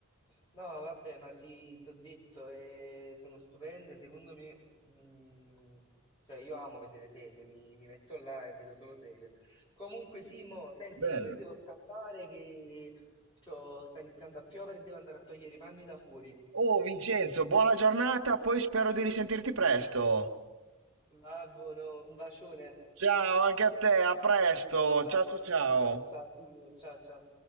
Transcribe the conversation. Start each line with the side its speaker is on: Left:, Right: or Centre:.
Left: No, vabbè, ma sì, ti ho detto, eh, sono stupende, secondo me, mm, cioè io amo vedere serie, mi, mi metto là e vedo solo serie. Comunque Simo, senti,
Right: Bello.
Left: io me ne devo scappare che c'ho- sta iniziando a piovere e devo andare a togliere i panni da fuori.
Right: Oh Vincenzo, buona giornata, poi spero di risentirti presto.
Left: Va buono, un bacione.
Right: Ciao anche a te, a presto.
Left: Ciao,
Right: Ciao ciao ciao.
Left: ciao, ciao Simo, ciao, ciao.